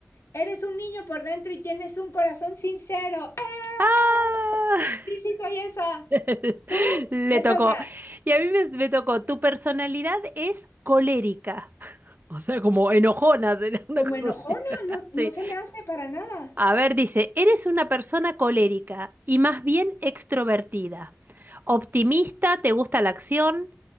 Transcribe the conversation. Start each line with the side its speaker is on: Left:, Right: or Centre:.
Left: Eres un niño por dentro y tienes un corazón sincero. ¡Eh!
Right: ¡Ah!
Left: Sí, sí, soy esa.
Right: <laughs>
Left: Tú
Right: Le
Left: te
Right: tocó.
Left: toca.
Right: Y a mí me, me tocó. Tu personalidad es colérica. O sea, como enojona, será una
Left: Como
Right: cosa
Left: enojona,
Right: así. <laughs>
Left: no, no
Right: Sí.
Left: se me hace para nada.
Right: A ver, dice, eres una persona colérica y más bien extrovertida. Optimista, te gusta la acción,